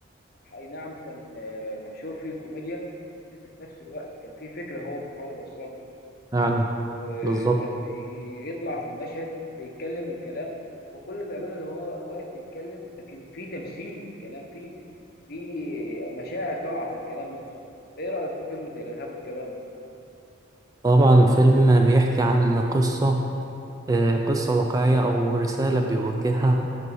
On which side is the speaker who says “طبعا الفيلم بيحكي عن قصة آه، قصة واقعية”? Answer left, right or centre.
Right